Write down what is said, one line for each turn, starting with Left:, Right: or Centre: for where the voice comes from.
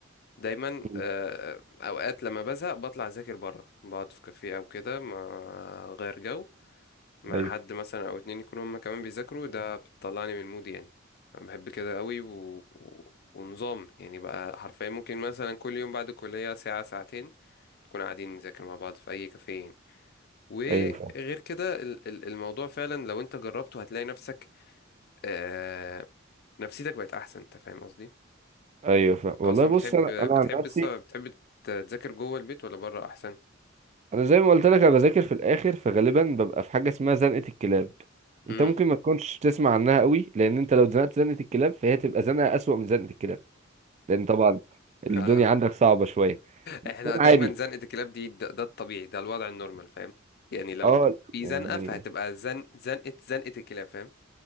Left: دايما
Right: مم.
Left: آه، اوقات لما بزهق بطلع اذاكر بره بقعد في كافيه او كده ما غير جو مع
Right: ايوه
Left: حد مثلا او اتنين يكونوا هما كمان بيذاكروا ده بتطلعني من المود يعني انا بحب كده قوي و... و... ونظام يعني بقى حرفيا ممكن مثلا كل يوم بعد الكلية ساعة ساعتين نكون قاعدين نذاكر مع بعض في اي كافيه يعني. وغير
Right: ايوه فاهم
Left: كده ال- ال- الموضوع فعلا لو انت جربته هتلاقي نفسك آه... نفسيتك بقت احسن انت فاهم قصدي انت
Right: ايوه فاهم والله
Left: اصلا
Right: بص
Left: بتحب
Right: انا
Left: بتحب
Right: انا عن نفسي
Left: الص... بتحب تذاكر جوه البيت ولا بره احسن
Right: انا زي ما قلت لك انا بذاكر في الاخر فغالبا ببقى في حاجه اسمها زنقه الكلاب
Left: امم
Right: انت ممكن ما تكونش تسمع عنها قوي لان انت لو زنقت زنقه الكلاب فهي تبقى زنقه اسوأ من زنقه الكلاب لان طبعا
Left: <laughs>
Right: الدنيا عندك صعبه شويه بس
Left: احنا
Right: عادي
Left: دايما زنقة الكلاب دي ده, ده الطبيعي ده الوضع النورمال فاهم يعني لو
Right: اه
Left: في
Right: يعني
Left: زنقة فهتبقى زن زنقة زنقة الكلاب فاهم